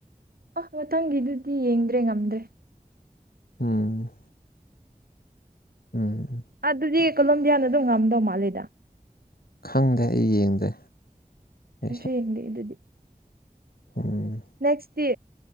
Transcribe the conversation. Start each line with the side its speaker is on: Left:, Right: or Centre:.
Right: ꯑ ꯃꯊꯪꯒꯤꯗꯨꯗꯤ ꯌꯦꯡꯗ꯭ꯔꯦ ꯉꯝꯗ꯭ꯔꯦ
Left: ꯎꯝ ꯎꯝ
Right: ꯑꯗꯨꯗꯤ ꯀꯣꯂꯝꯝ ꯌꯥꯟ ꯑꯗꯨꯝ ꯉꯝꯗꯧ ꯃꯥꯜꯂꯦꯗ
Left: ꯈꯪꯗꯦ ꯑꯩ ꯌꯦꯡꯗꯦ ꯑꯩꯁꯨ
Right: ꯗꯦ ꯑꯗꯨꯗꯤ
Left: ꯎꯝ
Right: ꯅꯦꯛꯁꯇꯤ